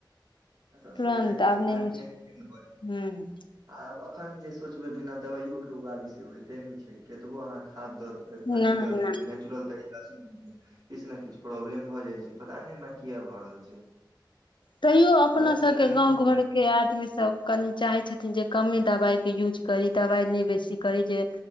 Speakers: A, on the right; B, on the left.
A: एतऽ
B: तुरन्त
A: सईरे जाइ
B: आब
A: छै ना।
B: नहि होइ
A: केहन केहन भ <unintelligible>
B: हूँ
A: आब अ अखन जे सोचबै बिना दवाइयो के उगाबी से होइते नहि छै, केतबो अहाँ खाद दऽ दि
B: नहि
A: अथी दऽ
B: नहि
A: दियौ नेचुरल तरी <unintelligible> किछु ने किछु प्रॉब्लम भऽ जाइ छै पता नहि ऐना किए भऽ रहल छै।
B: तैयो अपना
A: पूरा
B: सबके
A: चेंजिंग
B: गाँंव
A: भऽ
B: घर
A: गेलै
B: के आदमी सभ कनि चाहै छथिन जे कमे दबाई के यूज करी दबाई नहि बेसी करी जे